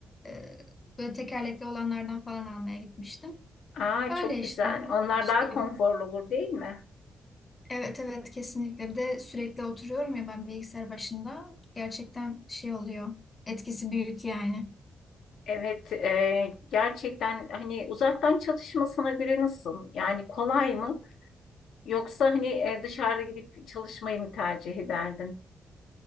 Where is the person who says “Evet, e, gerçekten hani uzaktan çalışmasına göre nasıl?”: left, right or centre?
Left